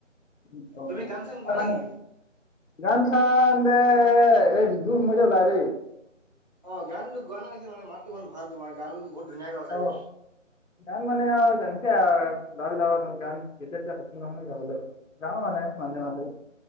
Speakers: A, on the left; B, on the right.
A: উম অ অ
B: তুমি গান চান
A: না
B: গোৱা
A: নান
B: নেকি
A: গান চান দে ৰে বিহুৰ সময়তে ওলাই দেই।
B: অ গানটো গোৱা নে কি মানে মাতটো ইমান ভাল তোমাৰ গান বহুত ধুনীয়া গাও চাগে।
A: অ গান মানে আৰু জানিছে আও লৰা বিলাকক নো গান যেতিয়া তেতিয়া পচন্দ নহয় ন গাবলে। গাও মানে মাজে মাজে।